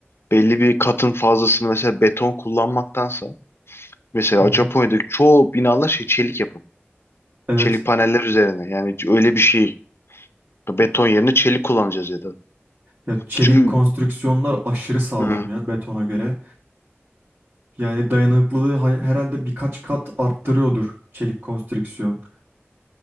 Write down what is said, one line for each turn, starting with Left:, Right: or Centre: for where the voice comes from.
Left: Belli bir katın fazlasını mesela beton kullanmaktansa mesela
Right: Hı hı.
Left: Japonya'daki çoğu binalar şey çelik yapı.
Right: Evet.
Left: Çelik paneller üzerine. Yani öyle bir şey. Beton yerine çelik kullanacağız ya da.
Right: Ya çelik
Left: Çünkü
Right: konstrüksiyonlar aşırı sağlam
Left: hı,
Right: ya betona göre. Yani dayanıklılığı hay- herhalde birkaç kat arttırıyordur çelik konstrüksiyon.